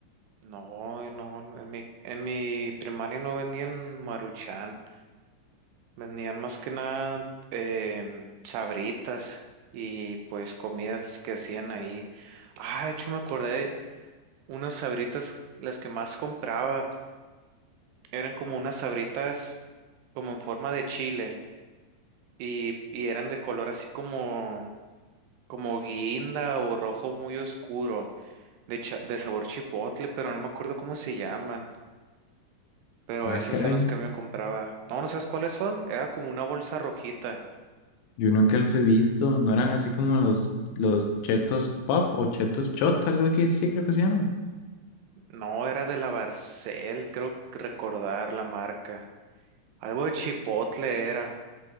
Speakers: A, on the right; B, on the left.
A: No, no, en mi, en mi primaria no vendían maruchan. Vendían más que nada em, sabritas y pues comidas que hacían ahí. Ah, de hecho me acordé, unas sabritas, las que más compraba, eran como unas sabritas como en forma de chile y, y eran de color así como, como guinda o rojo muy oscuro, de, cha- de sabor chipotle, pero no me acuerdo cómo se llaman. Pero
B: Ah,
A: esas
B: caray.
A: eran las que me compraba. No, no sabes cuáles son. Era como una bolsa rojita.
B: Yo nunca los he visto. No eran así como los, los chetos puff o chetos shot, algo así, sí, creo que se llaman.
A: No, era de la Barcel, creo que recordar la marca. Algo de Chipotle era.